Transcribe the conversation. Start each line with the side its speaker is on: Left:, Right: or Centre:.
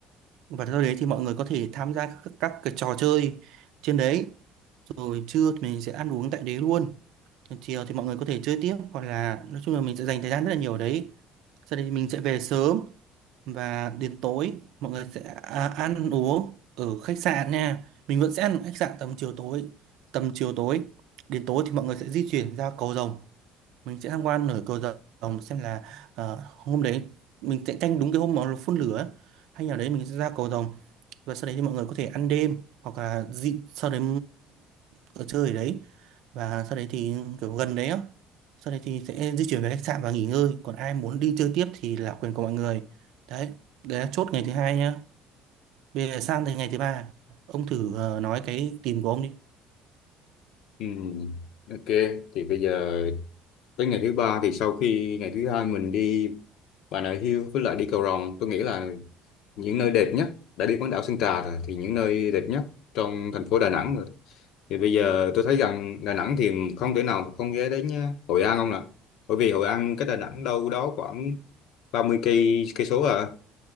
Right: và sau đấy thì mọi người có thể tham gia các, các các cái trò chơi trên đấy rồi trưa thì mình sẽ ăn uống tại đấy luôn chiều thì mọi người có thể chơi tiếp hoặc là nói chung là mình sẽ dành thời gian rất là nhiều ở đấy sau đấy mình sẽ về sớm và đến tối mọi người sẽ à, ăn uống ở khách sạn nha mình vẫn sẽ ăn ở khách sạn tầm chiều tối tầm chiều tối đến tối thì mọi người sẽ di chuyển ra cầu rồng mình sẽ tham quan nổi cầu rồng xem là ờ, hôm đấy mình sẽ canh đúng cái hôm mà phun lửa ấy. hay là đấy mình sẽ ra cầu rồng và sau đấy thì mọi người có thể ăn đêm hoặc là dị sau đấy ở chơi ở đấy và sau đấy thì kiểu gần đấy á sau đấy thì sẽ di chuyển về khách sạn và nghỉ ngơi còn ai muốn đi chơi tiếp thì là quyền của mọi người đấy đấy là chốt ngày thứ hai nhá bây giờ sang tới ngày thứ ba ông thử ờ, nói cái tìm của ông đi
Left: Ừm, ok thì bây giờ Tới ngày thứ ba thì sau khi ngày thứ hai mình đi Bà Nà Hills với lại đi Cầu Rồng, tôi nghĩ là những nơi đẹp nhất đã đi bán đảo Sơn Trà rồi thì những nơi đẹp nhất trong thành phố Đà Nẵng rồi. Thì bây giờ tôi thấy rằng Đà Nẵng thì không thể nào mà không ghé đến nhá. Hội An không nè. Bởi vì Hội An cách Đà Nẵng đâu đó khoảng 30 cây cây số à